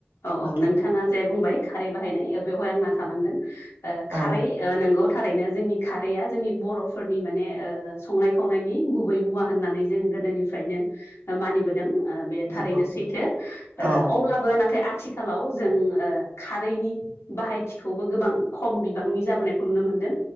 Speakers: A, on the left (about 75°); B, on the right (about 50°).
A: औ औ
B: नोंथां
A: नोंथाङा जे बुंबाय खारै बानाय ओ बेवहाय आंना थांलांदो ओ खारै
B: औ
A: ओ नोंगौ थारैनो जोंनि खारैया जोंनि बर'फोरनि माने ओ संनाय खावनायनि गुबै मुवा होननानै जों गोदोनिफ्रायनो मानिबोदों ओ बे
B: नंगौ
A: थारैनो सैथो
B: औ
A: ओ अब्लाबो नाथाय आथिखालाव जों ओ खारैनि बाहायथिखौबो गोबां खम बिबांनि जाबोनायखौ नुनो मोनदों